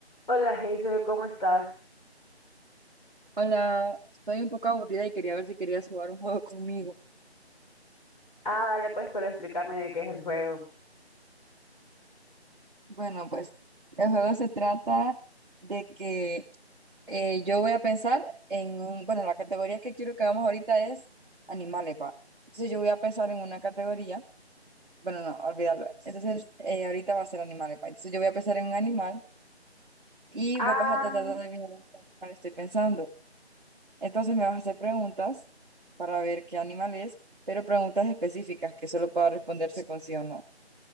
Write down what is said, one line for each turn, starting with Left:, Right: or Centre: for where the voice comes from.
Left: Hola, Hazel, ¿cómo estás?
Right: Hola, estoy un poco aburrida y quería ver si querías jugar un juego conmigo.
Left: Ah, dale pues, pero explícame de qué es el juego.
Right: Bueno, pues el juego se trata de que eh, yo voy a pensar en un, bueno, la categoría que quiero que hagamos ahorita es animales, pa. Entonces yo voy a pensar en una categoría, bueno, no, olvídalo. Entonces eh, ahorita va a ser animales, pa. Entonces yo voy a pensar en un animal y
Left: Ah,
Right: vos vas a tratar de adivinar en qué animal estoy pensando. Entonces me vas a hacer preguntas para ver qué animal es, pero preguntas específicas que solo pueda responderse con sí o no.